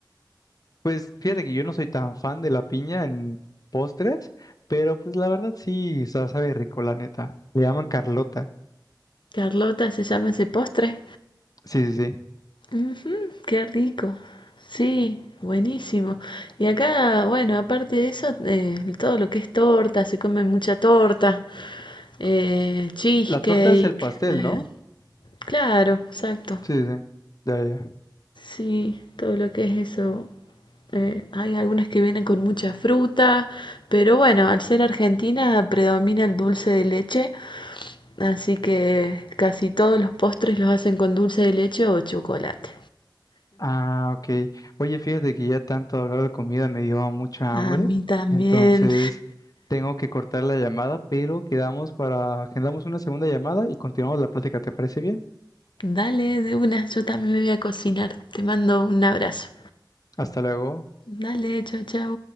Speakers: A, on the left; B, on the left.
A: Pues fíjate
B: Sí.
A: que yo no soy tan fan de la piña en postres, pero pues la verdad sí, o sea, sabe rico, la neta. Le llaman Carlota.
B: Carlota se llama ese postre.
A: Sí, sí, sí.
B: Ujú, qué rico. Sí, buenísimo. Y acá, bueno, aparte de eso, eh, todo lo que es torta, se come mucha torta, eh, cheesecake.
A: La torta es el pastel,
B: eh,
A: ¿no?
B: claro, exacto.
A: Sí, sí. sí. Ya, ya. ya.
B: Sí, todo lo que es eso. Eh, hay algunas que vienen con mucha fruta, pero bueno, al ser Argentina predomina el dulce de leche Así que casi todos los postres los hacen con dulce de leche o chocolate.
A: Ah, ok. Oye, fíjate que ya tanto hablar de comida me dio mucha
B: A
A: hambre,
B: mí también.
A: entonces tengo que cortar la llamada, pero quedamos para, agendamos una segunda llamada y continuamos la plática, ¿te parece bien?
B: Dale, de una, yo también me voy a cocinar. Te mando un abrazo.
A: Hasta luego.
B: Dale, chau, chau.